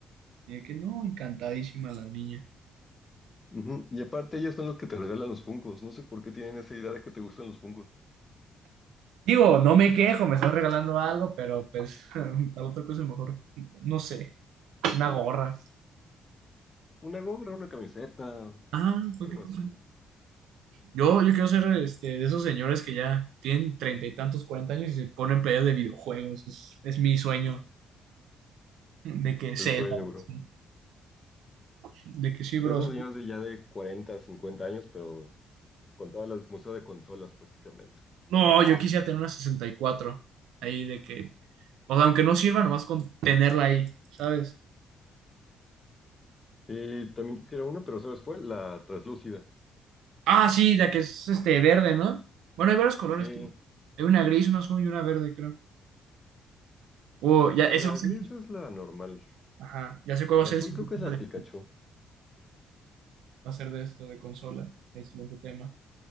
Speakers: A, on the right; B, on the left.
A: Y de que no, encantadísima la niña.
B: ujú, Y aparte ellas son las que te regalan los Funkos. No sé por qué tienen esa idea de que te gustan los Funkos.
A: Digo, no me quejo, me estoy regalando algo, pero pues <laughs> para otra cosa mejor, no sé, una gorra.
B: Una gorra, una camiseta,
A: Ah, cualquier
B: algo
A: cosa.
B: así.
A: Yo, yo quiero ser este, de esos señores que ya tienen treinta y tantos, cuarenta años y se ponen playas de videojuegos. Es, es mi sueño. De que Zelda,
B: El sueño, bro.
A: sí. de que sí,
B: De
A: bros.
B: esos señores de ya de 40 50 años, pero con todas las museos de consolas prácticamente.
A: No, yo quisiera tener una sesenta y cuatro Ahí de que. O sea, aunque no sirva, nomás con tenerla ahí, ¿sabes?
B: Y también quisiera una, pero ¿sabes cuál? La traslúcida.
A: Ah, sí, la que es este verde, ¿no? Bueno, hay varios colores,
B: Sí,
A: creo. Hay una gris, una azul y una verde, creo. Oh, ya,
B: y
A: ese
B: la
A: va a ser.
B: gris es la normal.
A: Ajá, ya sé cuál va
B: La
A: a ser
B: azul
A: el siguiente
B: creo que
A: tema
B: es la
A: de,
B: de Pikachu.
A: va a ser de esto, de consolas. El siguiente tema.